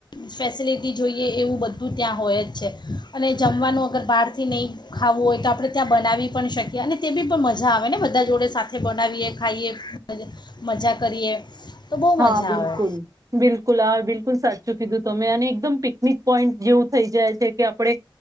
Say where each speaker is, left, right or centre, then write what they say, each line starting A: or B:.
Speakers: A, on the left (about 60°); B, on the right (about 40°).
A: ફેસિલિટી જોઈએ એવું બધું ત્યાં હોય જ છે અને જમવાનું અગર બહારથી નહીં ખાવું હોય તો આપણે ત્યાં બનાવી પણ શકીએ અને તે બી પણ મજા આવે ને બધા જોડે સાથે બનાવીએ ખાઈએ મજા કરીએ તો બહુ
B: હા
A: મજા
B: બિલકુલ
A: આવે
B: બિલકુલ હા બિલકુલ સાચું કીધું તમે અને એકદમ પિકનિક પોઈન્ટ જેવું થઈ જાય છે કે આપડણે